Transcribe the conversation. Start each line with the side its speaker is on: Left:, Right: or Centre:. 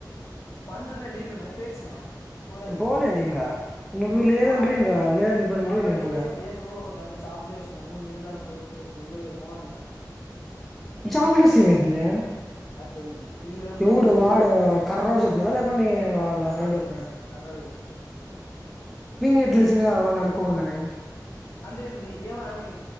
Left: పంటున్నాయ్ నీళ్లు ఉన్నాయి పైయి వచ్చినవా పోలే కదా
Centre: పోలేదు ఇంకా నువ్వు లేదంటివి
Left: వాడు
Centre: ఇంకా లేదని చెప్పినంటివి
Left: వాడు
Centre: నేను
Left: అడిగితే
Centre: పోలే
Left: లేదు దానిచి టాప్ లు వేసినాము నీళ్లుగానీ ఉండకపోవచ్చు ఉంవేమో అన్నాడు
Centre: చాపలేస్తే ఏమైదాతాంది
Left: అది తెలువదు నాకు నీళ్ళుగాని
Centre: ఎవడు
Left: మరి ఇంక నీళ్ళుగాని
Centre: వాడు కర్రోడు చే
Left: నా
Centre: డా లేకుండి వాళ్ళ
Left: కర్రోడు
Centre: ఫ్రెండ్
Left: చెప్పినాడు
Centre: <inaudible>
Left: కర్రోడు చెప్పినాడు
Centre: పింగ్ ఎట్ల వచ్చిది వాన్ని అడుకకుండానే
Left: అంటే ఏమో ఐ మీన్